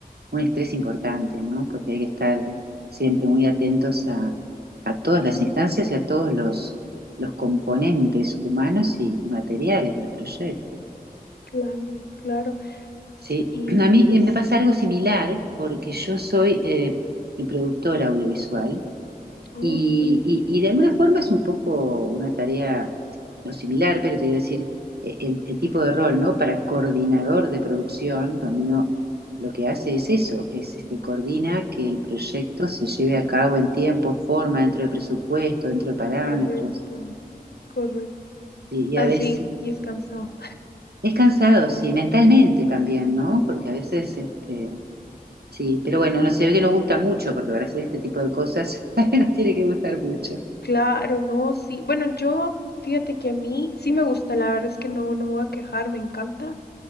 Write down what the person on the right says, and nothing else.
un estrés importante, ¿no? Porque hay que estar
siempre muy atentos a, a todas las instancias y a todos los, los componentes humanos y materiales de los proyectos.
Sí,
<clears throat> a mí
me pasa algo similar porque yo soy eh, productora audiovisual
y,
y- y de alguna forma es un poco una tarea no similar, pero te iba a decir eh, el, el tipo de rol, ¿no? Para coordinador de producción, donde uno lo que hace es eso, es este, coordina que el proyecto se lleve a cabo en tiempo, forma, dentro de presupuesto, dentro de parámetros.
Y,
y a veces
es cansado, sí, mentalmente también, ¿no?
Porque a veces, este, sí, pero bueno, no se ve que nos gusta mucho, porque para hacer este tipo de cosas <laughs> nos tiene que gustar mucho.